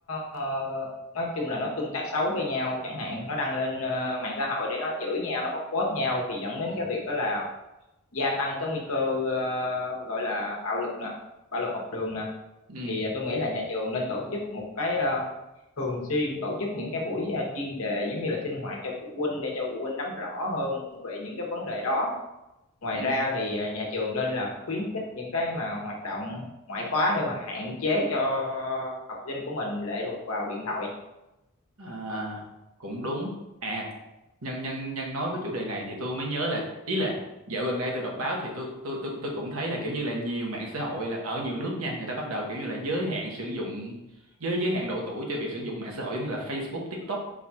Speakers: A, on the left (about 70°); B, on the right (about 80°).
A: ờ, nói chung là nó tương tác xấu với nhau chẳng hạn,
B: ừ
A: nó đăng lên ờ, mạng xã hội để nó chửi nhau, nó bóc phốt nhau thì dẫn đến
B: ừ
A: cái việc đó là gia tăng cái nguy cơ ờ, gọi là bạo lực nè bạo lực học đường nè
B: ừ
A: thì ờ, tôi nghĩ là nhà trường nên tổ chức một cái ờ, thường xuyên tổ chức những cái buổi ờ, chuyên đề giống như là sinh hoạt cho phụ huynh để cho phụ huynh nắm rõ hơn về những cái vấn đề đó ngoài
B: ừ
A: ra thì ờ, nhà trường nên là khuyến khích những cái mà hoạt động ngoại khóa để mà hạn chế cho học sinh của mình lệ thuộc vào điện thoại
B: À, cũng đúng. À, nhân nhân nhân nói với chủ đề này thì tôi mới nhớ là ý là dạo gần đây tôi đọc báo thì tôi tôi tôi tôi cũng thấy là kiểu như là nhiều mạng xã hội là ở nhiều nước nha, người ta bắt đầu kiểu như là giới hạn sử dụng giới giới hạn độ tuổi cho việc sử dụng mạng xã hội giống như là Facebook, TikTok